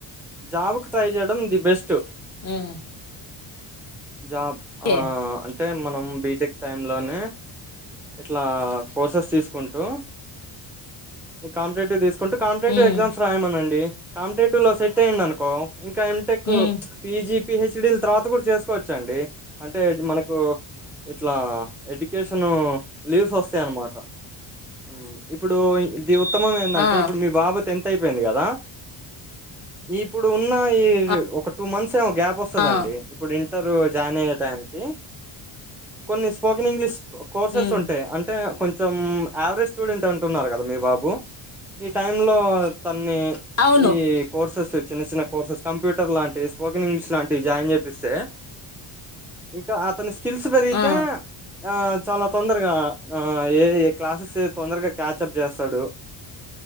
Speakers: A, in the centre; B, on the left.
A: జాబ్కి ట్రై చేయడం ది బెస్ట్
B: హ్మ్
A: జాబ్
B: ఓకే.
A: ఆ అంటే మనం బీటెక్ టైం లోనే ఇట్లా కోర్సెస్ తీసుకుంటు కాంపిటీటివ్ తీ కుంటే కాంపిటేటివ్
B: హ్మ్
A: ఎగ్జామ్స్ రాయమనండి కాంటేటూ లో సెట్ అయిందను ఇంకా ఎంటెక్
B: హ్మ్
A: పిజి పిహెచ్ డి తర్వాత కూడా చేసుకోవచ్చండి అంటే మనకు ఇట్లా ఎడ్యుకేషను లీవ్స్ వస్తాయన్నమాట ఉ ఇప్పుడు ఇది ఉత్తమం ఏందంటే
B: ఆ
A: ఇప్పుడు మీ బాబు ది టెన్త్ అయి పోయింది కదా ఇప్పుడు ఉన్న ఈ
B: ఆ
A: ఒక టూ మంత్స్ గ్యాప్ వస్తుందండి
B: ఆ!
A: ఇప్పుడు ఇంటర్ జాయిన్ అయ్యే టయానికి కొన్ని స్పోకన్ ఇంగ్లీష్ కోర్సెస్
B: హ్మ్
A: ఉ అంటే కొంచెం యావరేజ్ స్టూడెంట్ అంటున్నారు కదా మీ బాబు ఈ టైం లో తన్ని
B: అవును
A: ఈ కోర్సెస్ చిన్న చిన్న కోర్సెస్ కంప్యూర్ లాంటి స్పోకన్ ఇంగ్లీష్ లాంటి జాయిన్ చేపిస్తే ఇకా ఆ తన స్కిల్స్ పెరిగితే
B: ఆ
A: ఆ చాలా తోన్ దరగా ఆ ఏది క్లాసెస్ తొందరగా క్యాచప్ చేస్తాడు